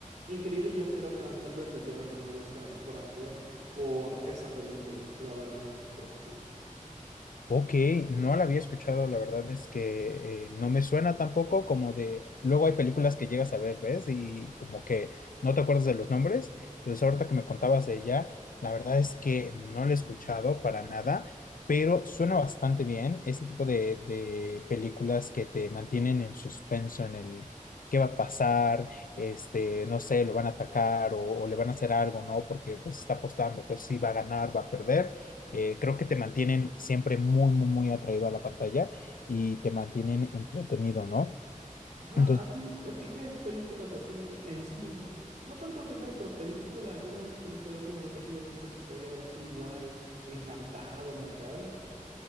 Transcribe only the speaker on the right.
increíble y yo creo que Adam Sandler debió haber ganado Oscar a Mejor Actor por esa película, la verdad, creo que sí.
Ajá,
¿a ti, a ti qué películas así en sí, n- no tanto género, pero película, alguna película últimamente que hayas visto que te haya ahora sí igual encantado, marcado?